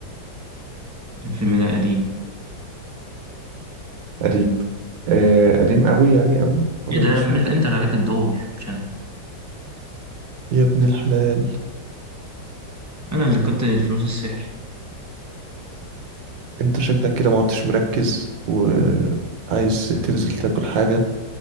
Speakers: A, on the right; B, on the right.
A: الفيلم ده قديم
B: قديم آه قديم قوي يعني قوي أبيض
A: إيه ده يا
B: وأسود
A: عم، أنت اللي عليك الدور مش أنا
B: يا ابن الحلال
A: أنا اللي كنت الفلوس السحري
B: أنت شكلك كده ما عدتش مركز وعايز تنزل تاكل حاجة